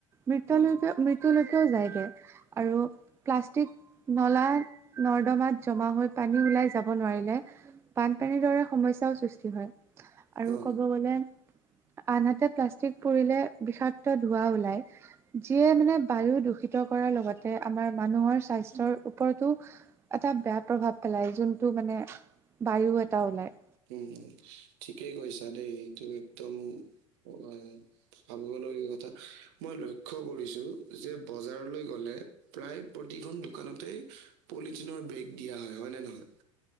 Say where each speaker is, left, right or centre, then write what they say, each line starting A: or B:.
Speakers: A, on the right; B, on the right.
A: মৃত্য
B: উম,
A: লৈকে মৃত্যু, লৈকেও যায়গৈ আৰু প্লাষ্টিক নলা, নৰ্দমাত জমা হৈ পানী ওলাই যাব নোৱাৰিলে বানপানীৰ দৰে সমস্যাও সৃষ্টি হয়। আৰু
B: অ', উম,
A: কব গলে আনহাতে প্লাষ্টিক পুৰিলে বিষাক্ত ধোৱা ওলায়। যিয়ে মানে বায়ু দূষিত কৰাৰ লগতে আমাৰ মানুহৰ স্বাস্থ্যৰ ওপৰতো। এটা বেয়া প্ৰভাৱ পেলাই যোনটো মানে বায়ু এটা ওলায়।
B: উম' ঠিকেই কৈছা দেই এইটো একদম হয় ভাবিবলগীয়া কথা। মই লক্ষ্য কৰিছোঁ যে বজাৰলৈ গ'লে, প্ৰায় প্ৰতিখন দোকানতেই পলিথিনৰ বেগ দিয়া হয় হয় নে নহয়।